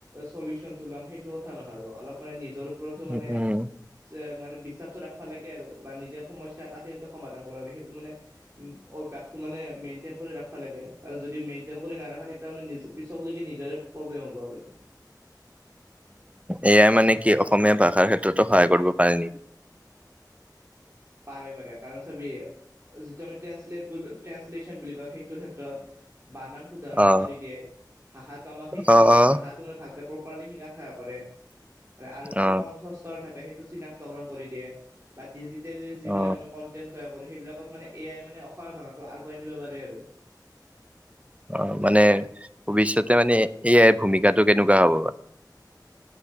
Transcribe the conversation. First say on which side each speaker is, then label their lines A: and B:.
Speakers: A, on the right; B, on the right.
A: চলিউচন টো ল'ম সেইটো কথা ন আৰু অলপ মানে নিজৰ ওপৰতো মানে
B: উম উম।
A: যে মানে বিশ্বাসটো ৰাখবা লাগে আৰু বা নিজে সমস্যা তা কেনেকে সমাধান কৰ আৰু সেইটো মানে উ-উ অভ্যাসটো মানে মেইনতেইন কৰি ৰাখবা লাগে আৰু যদি মেইনতেইন কৰি নাৰাখা তেতিয়া মানে নিজ পিছক গেলি নিজৰে প্ৰব্লেম হ'ব আৰু। <inaudible>
B: এ আই মানে কি অসমীয়া ভাষাৰ ক্ষেত্ৰতো সহায় কৰিব পাৰে নেকি?
A: পাৰে - পাৰে। কাৰণ চাবি যিটো আমি ট্ৰেন্সলেট বুলি ট্ৰেঞ্চলেছন বুলি কও, সেইটোৰ ক্ষেত্ৰত বানান শুধাৰণ
B: অ
A: কৰি দিয়ে। ভাষাটো আমাক শিখাৰ
B: অ অ
A: ভাষাটো মানে ভালকে প্ৰপাৰলি শিকাত সহ কৰে। আৰু যিটো
B: অ
A: কণ্ঠ স্তৰ থাকে সেইটো চিনাক্তকৰণ কৰি দিয়ে। বা দি যি জিতেলি
B: অ
A: আমি কণ্টেণ্ট তৈয়াৰ কৰো, সেইবিলাক মানে এয়াই মানে অসমীয়া ভাষাটো আগুৱাই নিব পাৰে আৰু
B: অ মানে ভৱিষ্যতে মানে এ আইৰ ভূমিকাটো কেনেকুৱা হ'ব বা?